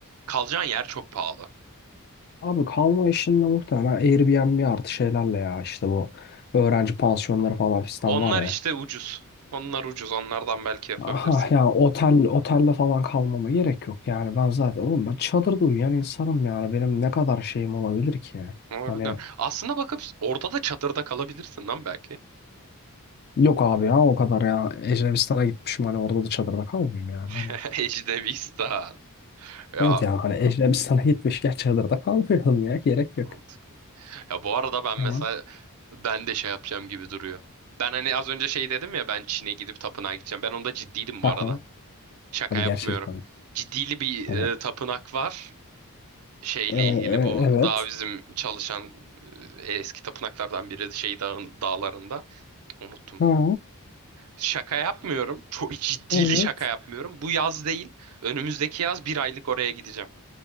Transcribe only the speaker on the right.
kalacağın yer çok pahalı.
Onlar
işte
ucuz. Onlar ucuz. Onlardan belki yapabilirsin.
Orada.
Aslında bakıp orada da çadırda kalabilirsin lan belki.
<laughs>
Ejdevistan. Ya
mantık. Ya bu arada ben
mesela ben de şey yapacağım gibi duruyor. Ben hani az önce şey dedim ya ben Çin'e gidip tapınağa gideceğim. Ben onda ciddiydim
bu arada. Şaka
yapmıyorum.
Ciddili bir
e, tapınak var. Şeyle
ilgili bu
daha bizim çalışan e, eski tapınaklardan biri şey dağın, dağlarında. Unuttum
Şaka yapmıyorum. Çok ciddili
şaka yapmıyorum. Bu yaz değil. Önümüzdeki yaz bir aylık oraya gideceğim.